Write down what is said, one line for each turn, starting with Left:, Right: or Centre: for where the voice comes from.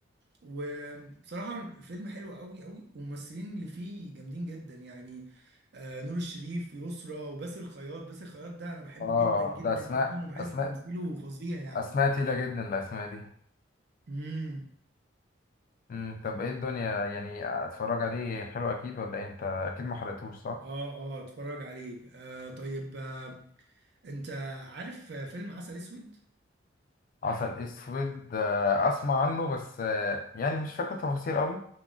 Right: وبصراحة الفيلم حلو قوي قوي والممثلين اللي فيه جامدين جدا يعني آه نور الشريف يسرا وباسل الخياط باسل الخياط ده انا بحبه
Left: اه
Right: جدا جدا
Left: ده اسماء
Right: جدا وبحس
Left: اسماء
Right: تمثيله فظيع يعني
Left: اسماء تقيلة جدا الاسماء دي
Right: امم
Left: امم طب ايه الدنيا يعني اتفرج عليه حلو اكيد ولا إيه؟ انت اكيد ما حرقتوش صح
Right: اه اه اتفرج عليه آه طيب آه انت عارف آه، فيلم عسل اسود؟
Left: عسل اسود آه، اسمع عنه بس آه، يعني مش فاكر تفاصيل قوي